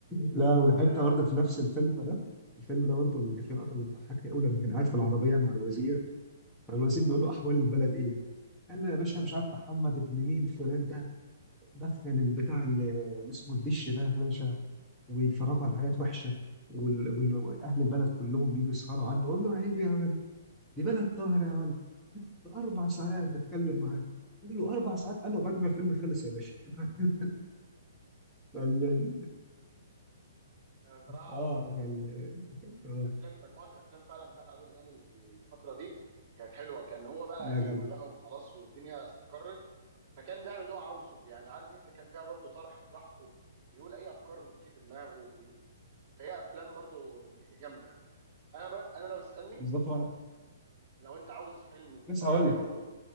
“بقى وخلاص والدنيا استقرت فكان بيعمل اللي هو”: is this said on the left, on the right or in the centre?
Right